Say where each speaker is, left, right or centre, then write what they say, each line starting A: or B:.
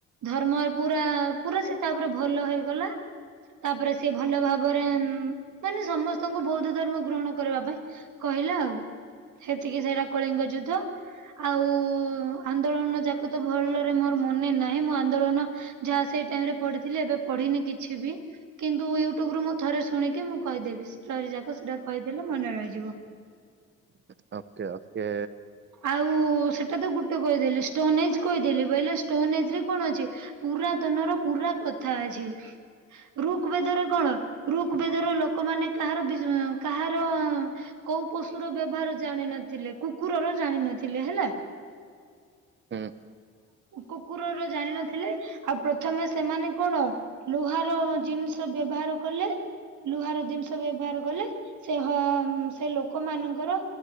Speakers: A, on the right; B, on the right.
A: ଧର୍ମ ପୁରା ପୁରା ସେ ତାପରେ ଭଲ ହେଇଗଲା। ତାପରେ ସିଏ ଭଲ ଭାବରେ ମାନେ ସମସ୍ତଙ୍କୁ ବୌଦ୍ଧ ଧର୍ମ ଗ୍ରହଣ କରିବା ପାଇଁ କହିଲା ଆଉ। ସେତିକି ସେଇଟା କଳିଙ୍ଗ ଯୁଦ୍ଧ ଆଉ ଆନ୍ଦୋଳନ ଯାକ ତ ଭଲରେ ମୋର ମନେ ନାହିଁ, ମୁଁ ଆନ୍ଦୋଳନ ଯାହା ସେଇ ଟାଇମରେ ପଢିଥିଲି ଏବେ ପଢିନି କିଛି ବି କିନ୍ତୁ ୟୁ ଟ୍ୟୁବ ରୁ ମୁଁ ଥରେ ଶୁଣିକି ମୁ କହିଦେବି, ଷ୍ଟୋରି ଯାକ ସେଟା କହିଦେଲେ ମନେ ରହିଯିବ।
B: ସତ୍ୟ ଓକେ।
A: ଆଉ ସେଟା ତ ଗୋଟେ କହିଦେଲି ଷ୍ଟୋନେଜି କହିଦେଲି, ବୋଇଲେ ଷ୍ଟୋନେଜିରେ କଣ ଅଛି? ପୁରାତନ ର ପୁରା କଥା ଅଛି। ଋକ ବେଦରେ କଣ ଋକ୍ ବେଦର ଲୋକମାନେ କାହାର କାହାର କୋଉ ପଶୁର ବ୍ୟବହାର ଜାଣିନଥିଲେ କୁକୁରର ଜାଣିନଥିଲେ ହେଲା।
B: ହୁଁ।
A: କୁକୁରର ଜାଣିନଥିଲେ ଆଉ ପ୍ରଥମେ ସେମାନେ କଣ ଲୁହାର ଜିନିଷ ବ୍ୟବହାର କଲେ ଲୁହାର ଜିନିଷ ବ୍ୟବହାର କଲେ ସେ ହ ସେ ଲୋକ ମାନଙ୍କର